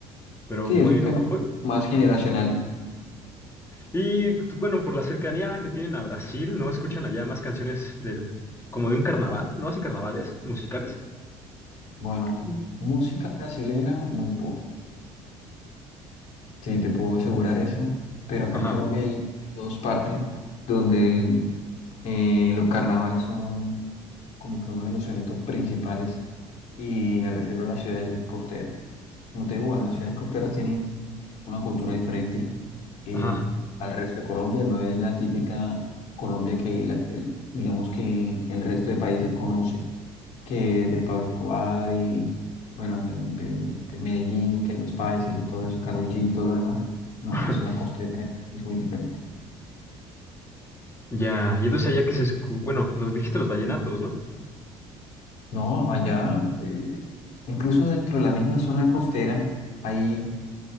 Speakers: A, on the left (about 20°); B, on the left (about 70°).
A: pero
B: Sí,
A: bueno.
B: es un tema
A: Oy,
B: más generacional.
A: y tú, bueno, por la cercanía que tienen a Brasil, ¿no escuchan allá más canciones del, como de un carnaval? ¿No hacen carnavales musicales?
B: Bueno,
A: Mm.
B: música brasilera, muy poco. Sí, te puedo asegurar eso. Pero acá
A: Ajá,
B: en Colombia hay dos partes donde eh, los carnavales son como que uno de los eventos principales y me refiero a las ciudades costeras. Como te digo, bueno, las ciudades costeras tienen una cultura diferente eh,
A: ajá.
B: al resto de Colombia, no es la típica Colombia que, la- el- digamos que el resto de países conoce. que de Pablo Escobar y, bueno, de, de- de Medellín, que los países y todo eso, Karol G y todo lo demás. No,
A: <laughs>
B: la zona costera es, es muy diferente.
A: Ya, y entonces allá que se escu- bueno, los dijiste los vallenatos, ¿no?
B: No, allá, eh, incluso dentro de la misma zona costera, hay,